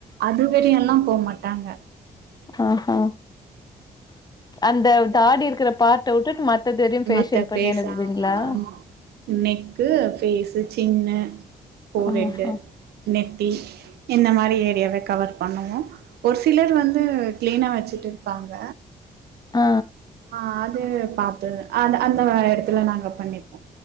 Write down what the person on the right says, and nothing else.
அதுவரி எல்லா போ மாட்டாங்க
அது
மத்த ஃபேஸ்
ஆமா ஆமா நெக்கு ஃபேசு சின்னு ஃபோரெட்டு
நெத்தி இந்த மாரி ஏரியாவ கவர் பண்ணுவோ ஒரு சிலர் வந்து கிளீனா வச்சுட்டு இருப்பாங்க
ஆ அது பாத்து அது அந்த எடத்துல நாங்க பண்ணிப்போ